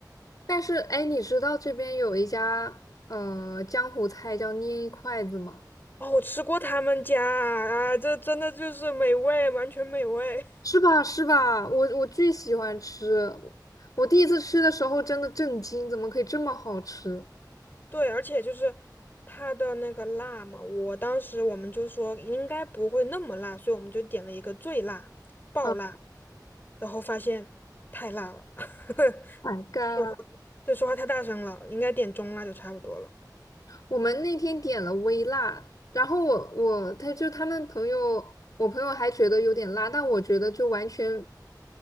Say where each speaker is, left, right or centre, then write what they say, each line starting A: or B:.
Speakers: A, on the left; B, on the left.
A: 但是，哎，你知道这边有一家呃江湖菜叫捏一筷子吗？
B: 哦，我吃过他们家啊，啊这真的就是美味，完全美味。
A: 是吧？是吧？我我巨喜欢吃，我第一次吃的时候真的震惊，怎么可以这么好吃
B: 对，而且就是它的那个辣嘛，我当时我们就说应该不会那么辣，所以我们就点了一个最辣，爆辣，
A: 啊
B: 然后发现太辣了，<laughs>
A: ！My God！
B: 说话，对，说话太大声了，应该点中辣就差不多了。
A: 我们那天点了微辣，然后我我他就他们朋友，我朋友还觉得有点辣，但我觉得就完全